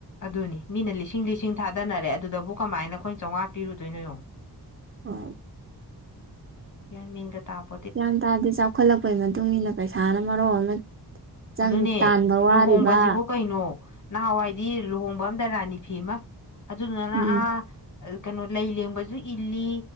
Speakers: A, on the left; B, on the right.
A: ꯑꯗꯨꯅꯤ ꯃꯤꯅ ꯂꯤꯁꯤꯡ ꯂꯤꯁꯤꯡ ꯊꯥꯗꯅꯔꯦ ꯑꯗꯨꯗꯕꯨ ꯀꯃꯥꯏꯅ ꯑꯩꯈꯣꯏ ꯆꯥꯝꯃꯉꯥ ꯄꯤꯔꯨꯗꯣꯏꯅꯣ ꯌꯦꯉ
B: ꯑ
A: ꯀꯃꯤꯒ ꯇꯥꯕ
B: ꯒ꯭ꯌꯥꯟ ꯇꯥꯗꯦ ꯆꯥꯎꯈꯠꯂꯛꯄꯩ ꯃꯇꯨꯡ ꯏꯟꯅ ꯄꯩꯁꯥꯅ ꯃꯔꯣꯛ ꯑꯃ ꯆꯪ
A: ꯑꯗꯨꯅꯦ
B: ꯇꯥꯟꯕ ꯋꯥꯔꯤꯕ
A: ꯂꯨꯍꯣꯡꯕꯁꯤꯕꯨ ꯀꯩꯅꯣ ꯅꯍꯥꯟꯋꯥꯏꯗꯤ ꯂꯨꯍꯣꯡꯕ ꯑꯝꯗ ꯔꯥꯅꯤ ꯐꯤ ꯑꯃ ꯑꯗꯨꯗꯨꯅ
B: ꯎꯝ
A: ꯑꯥ ꯀꯩꯅꯣ ꯂꯩ ꯂꯦꯡꯕꯁꯨ ꯏꯜꯂꯤ